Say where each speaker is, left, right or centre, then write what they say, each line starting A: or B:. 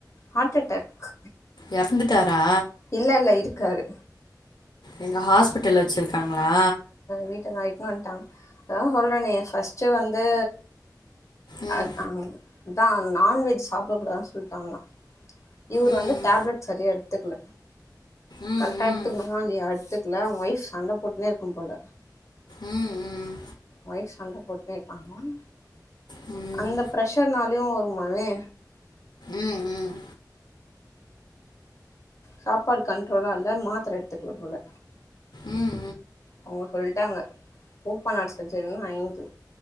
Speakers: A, on the left; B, on the left.
A: ஹார்ட் அட்டாக்
B: எறந்துட்டாரா
A: இல்ல இல்ல இருக்காரு
B: எங்க ஹாஸ்பிட்டல்ல வச்சிருக்காங்களா
A: வீட்டுக்கு இட்டுன்னு வந்ட்டாங் அதா சொல்றனே ஃபஸ்ட்டு வந்து
B: ம்
A: ஆ அதான் நான்வெஜ் சாப்பிடக்க கூடாதுன்னு சொல்லிட்டாங்கா இவர்
B: ம்
A: வந்து டேப்லெட் சரியா எடுத்துக்கல
B: ம்
A: கரெக்டா
B: ம்
A: எடுத்துக்கணுமா இல்லையா எடுத்துக்க க்கல அவுங்க ஒய்ஃப் சண்ட போட்டுன்னே இருக்கும் போல
B: ம் ம்
A: ஒய்ஃப் சண்ட போட்டுன்னே இருப்பாங்களாம்
B: ம்
A: அந்த
B: ம்
A: ஃப்ரஷர்னாலயு வருமாவே
B: ம் ம்
A: சாப்பாடு கண்ட்ரோலா தா மாத்திர எடுத்துக்கனு போல
B: ம் ம்
A: அவுங்க சொல்ட்டாங்க ஒபன் ஆட் சர்ஜரின ஐந்து